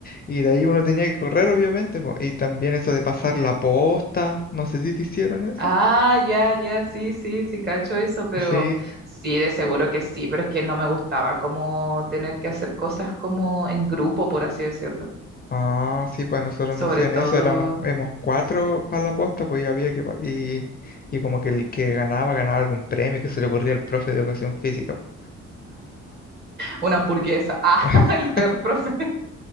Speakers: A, on the left; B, on the right.
A: y de ahí uno tenía que correr, obviamente, po, Y también eso de pasar
B: Ya.
A: la posta, no sé si te hicieron eso.
B: Ah, ya, ya, sí, sí, sí, cacho eso, pero
A: Sí,
B: sí, de seguro que sí, pero es que no me gustaba como tener que hacer cosas como en grupo, por así decirlo.
A: Ah, sí, pues nosotros
B: Sobre
A: no hacían
B: todo
A: eso, éramos, éramos cuatro para la posta, pues y había que, pa- y, y como que el que ganaba, ganaba algún premio que se le ocurría al profe de educación física, po.
B: una hamburguesa. Ah,
A: <laughs>
B: <laughs> el peor profe.